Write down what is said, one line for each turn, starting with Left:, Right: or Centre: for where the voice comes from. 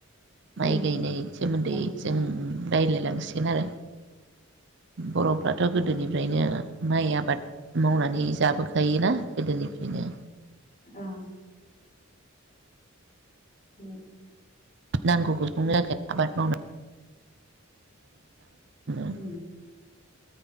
Right: माइ
Left: उम
Right: गायनाय सोमोन्दै
Left: ओं
Right: जों
Left: औ
Right: रायलायलांनो, गोन आरो बरफ फोराथ गोदोनिफ्रायनो।
Left: औ
Right: माइ आबाद मावनानै जाबोखायोना गोदोनिफ्रायनो
Left: ओं। उम
Right: नांगौखौ संनो थाखाय आबाद मावनानै <unintelligible> <unintelligible>
Left: उम